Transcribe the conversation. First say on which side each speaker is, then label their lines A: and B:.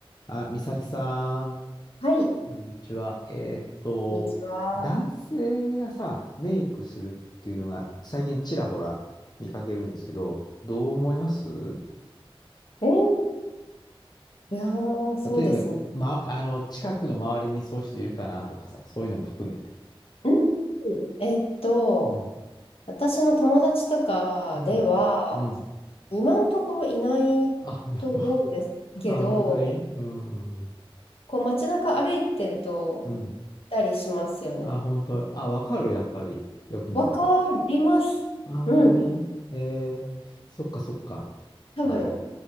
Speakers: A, on the left (about 45°); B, on the left (about 80°).
A: あ、美咲さん、
B: はい、
A: こんにちは。えーっと、
B: こんにちは。
A: 男性がさ、メイクするっていうのが最近ちらほら見かけるんですけど、どう思います
B: えーいやー、そうですね。
A: 例えば、ま、あの、近くの周りにそういう人いるかなとかさ、そういうのも含めて。
B: うん。えっと、
A: うん。
B: 私の友達とかでは、
A: うん。うん。
B: 今のところいない
A: あ、やっぱ、
B: と思うんですけど、
A: <laughs> あ、本当に。うん。
B: こう街中歩いてると、
A: うん。
B: いたりしますよね。
A: あ、本当。あ、わかる、やっぱり。よく見ると。
B: わかります。
A: あ、本当に。
B: うん。
A: えー、そっかそっか。
B: 多分、
A: はい。